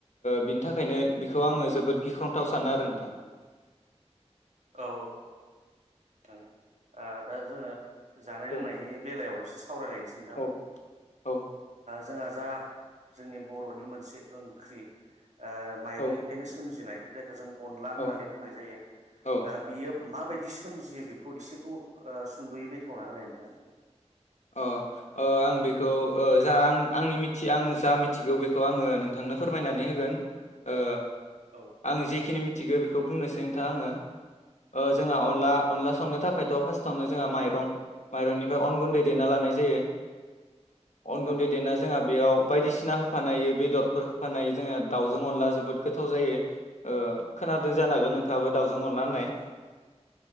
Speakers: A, on the left; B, on the right.
A: बिनि थाखाय बेनिंखायनो बेखौ आङो जोबोद गिख्रंथाव सानो आरो नोंथां
B: औ औ दा जोङो जानाय लोंनायनि
A: ओ
B: बेलायाव एसे सावरायलायनोसै नोंथां
A: औ औ
B: जोंहा जा जोंनि बर'नि मोनसे ओंख्रि माइरंनिफ्रायनो
A: औ
B: सोमजिनाय जायखौ जों अनला होननानै
A: औ
B: बुंनाय जायो
A: औ
B: बियो म बायदि सोमजियो बेखौ एसे सुंद'यै बेखेवना होलाय नोंथांा
A: अ आं बेखौ जा आं आंनिथि आं जा मिथिगौ बेखौ आङो नोंथां आंनो फोरमायनानै होगोन ओ
B: औ
A: आं जिखिनि मिथिगौ बेखौ बुंनोसै नोंथा आङो जोंहा अनला
B: औ
A: अनला संनो थाखायथ' फार्स्टावनो जोंहा माइं माइरंनिफ्राय अन गुन्दै देना लानाय जायो अन
B: औ
A: गुन्दै देना जोंहा बेयाव बायदिसिना होफानायायो बेदरफोर होफानाय जोंहा दाउजों अनला जोबोद गोथाव जायो ओ खादों जानागोन नोंथाङाबो दाउजों अननानै होननाय
B: <inaudible>